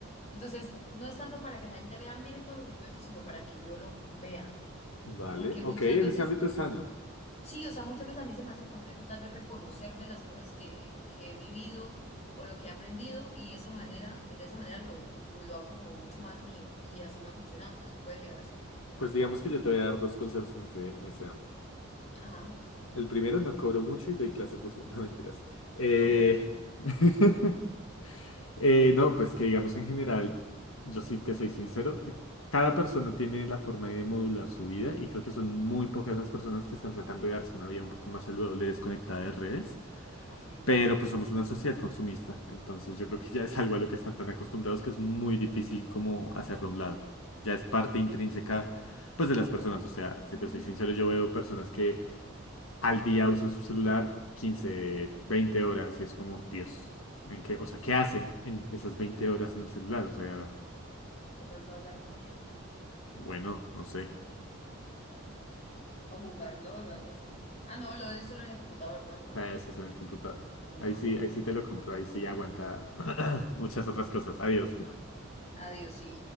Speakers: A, on the left; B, on the left.
A: Entonces, no es tanto para que la gente vea, miren todo lo que yo he hecho, sino para que yo lo vea,
B: vale.
A: porque muchas
B: Ok, en
A: veces
B: ese ámbito es sano.
A: Sí, o sea, muchas veces a mí se me hace complejo tal vez reconocerme las cosas que, que he vivido o lo que he aprendido y esa manera, de esa manera lo, lo hago como mucho más mío y así me ha funcionado, entonces puede llegar a ser.
B: Pues digamos que yo te voy a dar dos consejos en ese, en ese ámbito.
A: Ajá,
B: El primero, no cobro mucho y doy clases los... <laughs> No, mentiras. Eh,
A: los jueves.
B: <laughs>
A: Ajá,
B: Eh, no, pues que digamos en general, yo sí te soy sincero, cada persona tiene la forma de modular su vida y creo que son muy pocas las personas que están tratando de darse una vida un poco más saludable, desconectada de redes,
A: sí.
B: pero pues somos una sociedad consumista, entonces yo creo que ya es algo a lo que están tan acostumbrados que es muy difícil como hacerlo a un lado, ya es parte intrínseca pues de las personas, o sea, si
A: Ujú.
B: te soy sincero, yo veo personas que al día usan su celular 15, 20 horas y es como, Dios, ¿en qué? O sea, ¿qué hacen en esas 20 horas en el celular? O sea,
A: De pronto hablar con gente
B: bueno, no sé,
A: o jugar LOL o algo así. Ah, no, LOL es solo en el computador, no, no,
B: para
A: no,
B: eso es en el computador.
A: ni
B: Ahí
A: modo.
B: sí, ahí sí te lo compro, ahí sí aguanta
A: Mm.
B: <clears throat> muchas otras cosas. Adiós.
A: Adiós, sí,